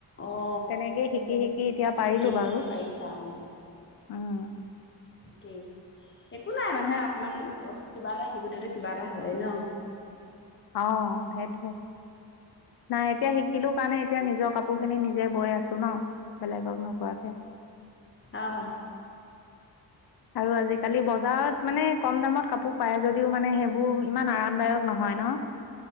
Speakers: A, on the left; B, on the left.
A: অ
B: তেনেকেই শিকি শিকি এতিয়া
A: শিকি
B: পাৰিলো
A: শিকি
B: বাৰু
A: পাৰিছা অ
B: উম
A: দেই। একো নাই মানুহে অকমান লছ কিবা এটা শিকোতেতো কিবা এটা হয়ে ন
B: অ সেইটোৱে নাই এতিয়া শিকিলো কাৰণে এতিয়া নিজৰ কাপোৰ খিনি নিজে গৈ আছো ন বেলেগক নোকোৱাকে
A: অহ
B: আৰু আজিকালি বজাৰত মানে কম দামত কাপোৰ পায় যদিও মানে সেইবোৰ ইমান আৰামদায়ক নহয় ন